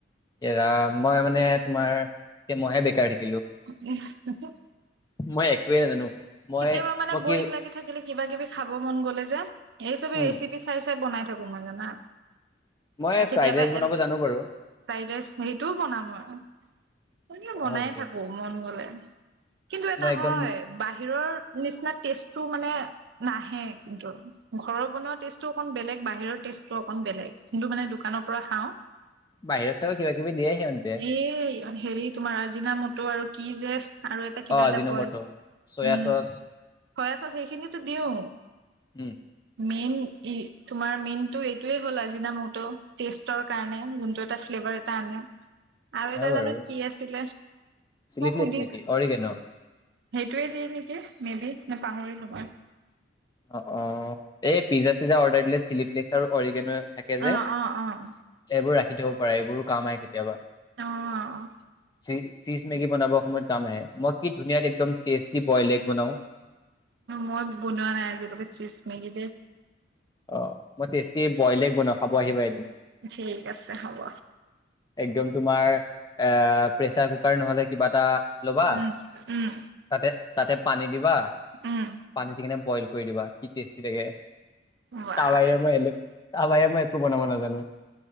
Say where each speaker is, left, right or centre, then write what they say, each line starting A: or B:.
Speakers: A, on the left; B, on the right.
A: এৰা মই মানে তোমাৰ এ মইহে বেকাৰ থাকিম।
B: <unintelligible>
A: মই একোৱে নাজানো মই
B: কেতিয়াবা মানে
A: মই
B: বৰিং
A: কি
B: লাগি থাকিলে কিবাকিবি খাব মন গ'লে যে, এই ছবেই
A: উম
B: ৰেচিপি চাই চাই বনাই থাকো মই জানা?
A: মই
B: আৰু কেতিয়াবা
A: ফ্ৰাইড ৰাইচ বনাব
B: এল,
A: জানো বাৰু
B: ফ্ৰাইড ৰাইচ হেটোও বনাও মই। <unintelligible>
A: হয় নেকি
B: <unintelligible> মন গ'লে। কিন্তু এটা
A: মই একদম
B: হয় বাহিৰৰ নিচিনা টেষ্টটো টো মানে নাহে কিন্তু, ঘৰৰ বনোৱা টেষ্টটোও অকণ বেলেগ, বাহিৰৰ টেষ্টটো অকণ বেলেগ। কিন্তু মানে দোকানৰ পৰা খাওঁ
A: বাহিৰত চাবা কিবাকিবি দিয়ে সিহঁতে
B: এই হেৰি তোমাৰ আজিনা ম টো আৰু কি যে আৰু এটা কিবা
A: অ আজিনমটো
B: এটা কয়
A: চয়া
B: উম
A: চচ
B: চয়াচচ সেইখিনিটো দিওঁ
A: উম
B: মেইন তোমাৰ মেইনতটো এইটোয়ে হ'ল আজিনা মত টেষ্টৰ কাৰণে যোনটো এটা ফ্লেভাৰ এটা আনে আৰু
A: হয়
B: এটা
A: বাৰু
B: জানো কি আছিলে মই
A: চিলি ফ্লেক্স
B: সুধিছো
A: নেকি
B: সেইটোৱে
A: অৰিগেন
B: দিয়ে নেকি মে বি নে পাহৰিলো মই
A: অ অ এই পিজ্জা চিজ্জা অৰ্ডাৰ দিলে চিলি ফ্লেক্স আৰু অৰিগেন থাকে যে
B: অ', অ', অ'।
A: এইবোৰ ৰাখি থব এইবোৰো কাম আহে কেতিয়াবা
B: অ',
A: <unintelligible> চীজ মেগী বনাবৰ সময়ত কাম আহে মই কি ধুনীয়াাত একদম টেষ্টি বইল এগ বনাও
B: মই বনোৱা নাই চিজ মেগী
A: অ মই টেষ্টি বইলে এগ বনওঁ খাব আহিবা এদিন
B: ঠিক আছে হ'ব
A: একদম তোমাৰ এ প্ৰেচাৰ কুকাৰ নহ'লে কিবা এটা ল'বা
B: উম, উম,
A: তাতে তাতে পানী দিবা
B: উম,
A: পানী দি কিনে বইল কৈ দিবা কি টেষ্টি লাগে
B: ৱাহ।
A: তাবাই মই এলে তা বাইে মই একো বনাব নাজানো